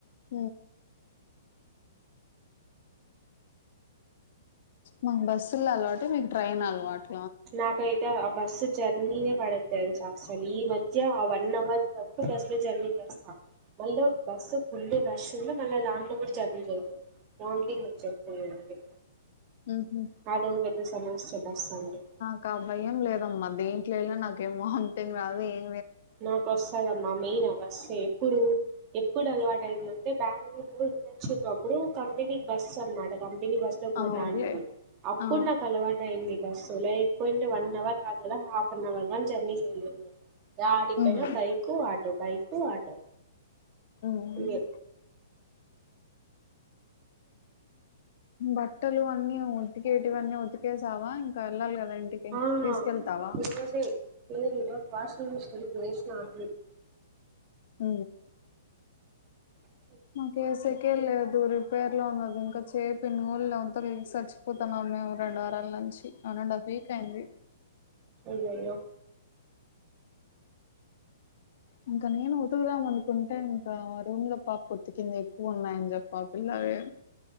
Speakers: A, on the left; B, on the right.
A: హ్మ్ మాకు బస్సుల అలవాటు మీకు ట్రైన్ అలవాటు
B: నాకైతే అబ్ బస్సు జర్నీనే పడదు తెలుసా అసలు ఈ మధ్య ఆ వన్ అవర్ వరకు బస్సు లో జర్నీ చేస్తా మళ్ళీ బస్సు ఫుల్ రస్ ఉండి మళ్ళీ దాంట్లో కూడా జర్నీ చేయంది వామ్ంటింగ్ వచ్చెంతుంది అందుకే
A: ఉహు
B: నాది ఎదొ పెద్ద సమస్య బస్సు అంటే
A: నాకు భయం లేదమ్మా దేంట్లో వెళ్ళిన నాకేం వామ్ంటింగ్ రాదు ఏం
B: నాకు వస్తాది అ మా మెయిన్ అవ్వస్ ఎప్పుడు ఎప్పుడు అలవాటై లో ఉంటే బెంగళూరు ఇంటర్న్ షిప్ అప్పుడు కంపెనీ బస్ అన్నమాట కంపెనీ బస్ లో పోతాంటిమి
A: అవునులే
B: అప్పుడు
A: ఆ
B: నాకు అలవాటు అయింది బస్సు లో ఐపోయింటే వన్ హవర్ కాదు హాఫ్ అన్ హవర్ గాని జెర్నీ చేయలేము యాటికీ పోయినా
A: ఉమ్
B: bike auto bike bike auto
A: ఉమ్
B: ఇదే
A: బట్టలు అన్నీ ఉతికేటివన్నీ ఉతికేసావా ఇంకా వెళ్ళాలి కదా ఇంటికి
B: ఆ
A: తీసుకెళ్తావా
B: ఈరోజే లేదు ఈరోజు వాషింగ్ మిషన్ కు వేసిన అన్ని
A: ఔ
B: అ
A: మాకు ఏసేకే లేదు రిపేర్ లో ఉన్నాది ఇంకా చేపినేల అంత చచ్చిపోతాన్నాము మేము రెండు అప్పట్నుంచి వన్ అండ్ హఫ్ వీక్ అయింది
B: అయ్యయ్యో
A: ఇంకా నేను ఉతుకుదాం అనుకుంటే ఇంకా మా రూమ్ లో పాప ఉతికింది ఎక్కువ ఉన్నాయని చెప్పి ఆ పిల్ల ఎ